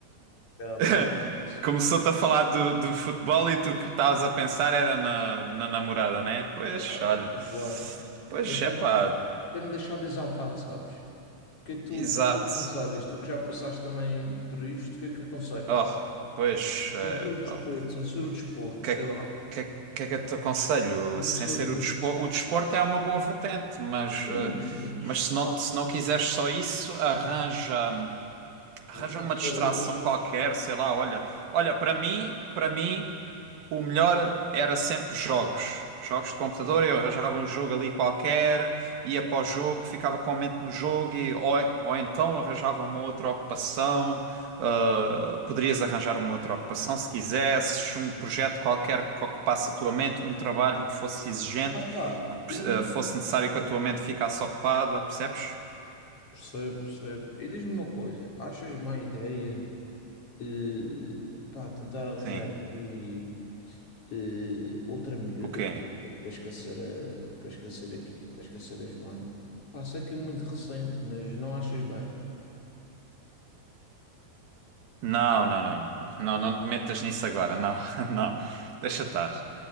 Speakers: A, on the left (about 40°); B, on the right (about 65°).
A: já,
B: <laughs>
A: pá, sei
B: Começou-te a falar do, do futebol e tu que estavas a pensar era na, na namorada, né? Pois,
A: lá,
B: olha.
A: mas, bora.
B: Pois,
A: mas
B: é
A: isso
B: pá,
A: tem-me deixado exaltado, sabes? que é que tu,
B: exato.
A: que tu aconselhas? Tu que já passaste também por isto, o que é que aconselhas?
B: Oh, pois, é
A: Censura
B: pá,
A: o desporto,
B: ok.
A: censura
B: o
A: o desporto,
B: que
A: sei
B: é
A: lá.
B: que, é- que é que eu te aconselho?
A: Vou
B: Sem
A: começar,
B: ser
A: vou
B: o desporto,
A: começar,
B: o desporto é uma boa vertente, mas,
A: um,
B: eh,
A: mas,
B: mas se não,
A: pá,
B: se não quiseres só isso, arranja, arranja
A: vou começar
B: uma distração
A: outra.
B: qualquer, sei lá, olha, olha, para mim, para mim o melhor era sempre jogos. Jogos de computador, eu arranjava um jogo ali qualquer, ia para o jogo, ficava com a mente no jogo, e, ou, ou então arranjava uma outra ocupação. ah, poderias arranjar uma outra ocupação se quisesses, um projeto qualquer que ocupasse a tua mente, um trabalho que fosse exigente,
A: Ah, pá, e
B: que eh, fosse necessário que a tua mente ficasse ocupada, percebes?
A: percebo, percebo. E diz-me uma coisa, achas má ideia, eh, pá, tentar arranjar
B: Sim.
A: aqui eh, outra miúda
B: O quê?
A: para, para esquecer a, para esquecer aqui, para esquecer a Joana? Pá, sei que é muito recente, mas não achas bem?
B: Não, não, não, não, não, não, não te metas nisso agora, não, <laughs> não, deixa estar.